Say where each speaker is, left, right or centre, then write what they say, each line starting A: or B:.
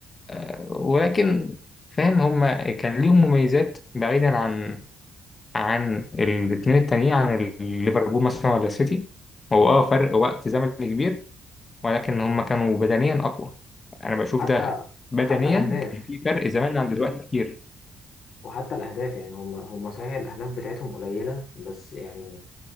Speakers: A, on the left; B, on the left.
A: آه، ولكن فاهم هما كان ليهم مميزات بعيدا عن عن الاثنين التانيين عن ليفربول مثلا ولا سيتي هو اه فرق وقت زمني كبير ولكن هم كانوا بدنيا اقوى انا بشوف
B: حتى
A: ده بدنيا
B: وحتى الأهداف
A: كان في فرق زمان عن دلوقتي كتير
B: وحتى الاهداف يعني هم هم صحيح الاهداف بتاعتهم قليله بس يعني